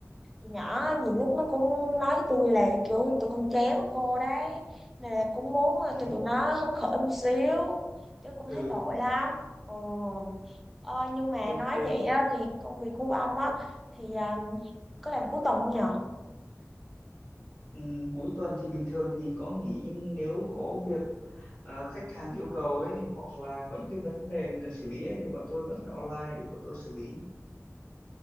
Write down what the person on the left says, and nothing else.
<laughs>
ừ
ok
Ừm, cuối tuần thì bình thường thì có nghỉ nhưng nếu có việc à, khách hàng yêu cầu ấy hoặc là có những cái vấn đề mình cần xử lý ấy thì bọn tôi vẫn phải online để bọn tôi xử lý.